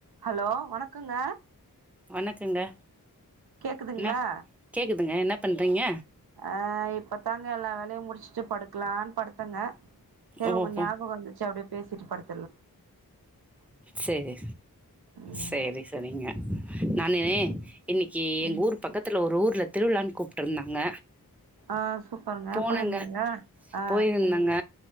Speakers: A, on the right (about 80°); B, in the centre.
A: ஹலோ வணக்கொங்க
B: வணக்கங்க
A: கேக்குதுங்களா
B: என்ன கேக்குதுங்க என்ன பண்றீங்க
A: ஆ இப்ப தாங்க எல்லா வேலையு முடிஷ்ட்டு படுக்குலான் படுத் தங்க செரி
B: ஓஹோ
A: உங்க ஞாபகொ வந்துச்சி அப்டியே பேசிட்டு படுத்
B: சேரி
A: ம்
B: சேரி செரிங்க நானு இன்னக்கி
A: ம்
B: எங்க
A: ம்
B: ஊரு பக்கத்துல ஒரு ஊர் ல திருவிழான் கூப்ட்டுருந்தாங்க
A: ஆ சூப்பருங்க
B: போனங்க
A: போயிருந்தீங்க ஆ
B: போயிருந்தங்க